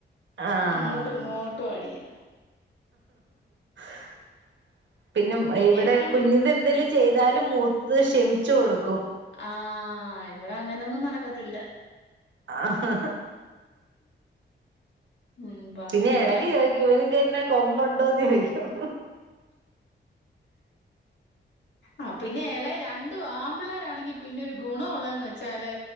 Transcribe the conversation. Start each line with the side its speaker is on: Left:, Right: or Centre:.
Right: ആഹ്
Left: അങ്ങോട്ടും ഇങ്ങോട്ടും അടിയ
Right: <inaudible> പിന്നെ
Left: വെക്കേഷന
Right: ഇവിടെ കുഞ്ഞിത് എന്തേലും ചെയ്താലും മൂത്തത് ക്ഷമിച്ചു കൊടുക്കും
Left: ആഹ് ഇവിടെ അങ്ങനെയൊന്നും നടക്കത്തില്ല
Right: ആഹ്
Left: ഉം പറയണ്ട
Right: പിന്നെ എടയ്ക്ക് ചോയ്ക്കും ഇവൻക്ക്‌ എന്നാ കൊമ്പുണ്ടോന്ന് ചോയിക്കും
Left: ആഹ് പിന്നെ എളേ രണ്ടു ആമ്പിള്ളേർ ആണെങ്കി പിന്നെ ഒരു ഗുണ ഉള്ളെന്ന് വെച്ചാല്